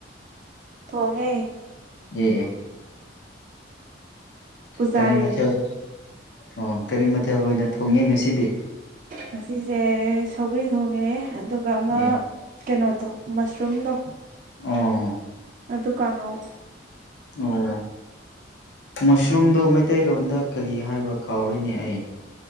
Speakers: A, on the right (about 45°); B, on the left (about 70°).
A: ꯊꯣꯡꯉꯦ
B: ꯑꯦ ꯑꯦ
A: ꯄꯨꯖꯥꯔꯤꯅꯦ
B: ꯀꯔꯤ ꯃꯊꯦꯜ ꯑꯣ ꯀꯔꯤ ꯃꯊꯦꯜ ꯑꯣꯏꯅ ꯊꯣꯡꯉꯦ ꯉꯁꯤꯗꯤ
A: ꯉꯁꯤꯁꯦ ꯁꯧꯒ꯭ꯔꯤ ꯊꯣꯡꯉꯦ ꯑꯗꯨꯒ ꯑꯃ
B: ꯑꯦ
A: ꯀꯩꯅꯣꯗꯣ ꯃꯁꯔꯨꯝꯗꯣ
B: ꯑꯣ
A: ꯑꯗꯨ ꯀꯥꯡꯉꯧ
B: ꯑꯣ ꯃꯨꯁꯔꯨꯝꯗꯣ ꯃꯩꯇꯩꯂꯣꯟꯗ ꯀꯔꯤ ꯍꯥꯏꯕ ꯀꯥꯎꯔꯤꯅꯦ ꯑꯩ